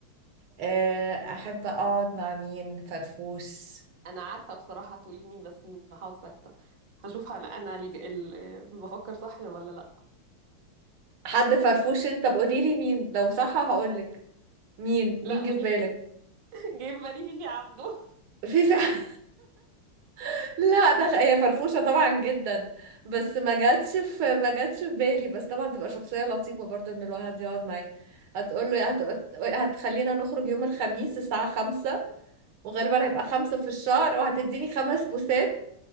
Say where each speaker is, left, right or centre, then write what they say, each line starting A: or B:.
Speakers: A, on the right (about 80°); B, on the right (about 30°).
A: آه، احب اقعد مع مين فرفوش
B: انا عارفة بصراحة هتقولي مين بس مش هقعد ساكتة هشوف انا انا الج... ال... بفكر صح ولا لا
A: حد فرفوش انت بقولي لي مين لو صح هقولك مين
B: لا
A: مين
B: قولي
A: جه في بالك
B: <laughs> جايب بالي فيفي عبده
A: في فعلا <laughs> لا ده خ- هي فرفوشة طبعا جدا بس ما جاتش في ما جاتش في بالي بس طبعا تبقى شخصية لطيفة برضه ان الواحد يقعد معاه هتقول له هت... هتخلينا نخرج يوم الخميس الساعة خمسة وغالبا هيبقى خمسة في الشهر وهتديني خمس بوسات